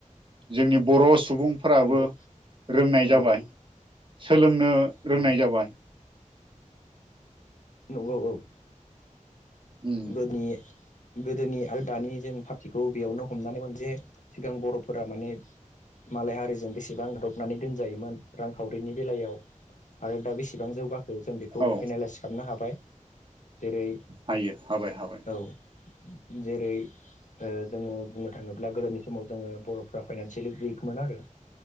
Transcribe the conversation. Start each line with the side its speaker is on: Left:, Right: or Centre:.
Right: जोंनि बर' सुबुंफोराबो
Left: नंगौ
Right: रोंनाय जाबाय सोलों नो रोंनाय
Left: औ
Right: जाबाय
Left: नंगौ औ।
Right: उम
Left: गोदोनि उम गोदोनि आरो दानि जों पार्टिखौ बेयावनो हमनानैमोन जे सिगां बर'फोरा माने मालाय हारिजों बेसेबां गादबनानै दोनजायोमोन रांखावरिनि बेलायाव आरो दा बेसेबां जौगाखो जों बेखौ
Right: औ
Left: एनालइस खालामनो हाबाय जेरै
Right: हायो हाबाय हाबाय
Left: औ जेरै ओ जोङो बुंनो थाङोब्ला गोदोनि समाव जोङो बर'फ्रा फाइनान्सियेलि उइकमोन आरो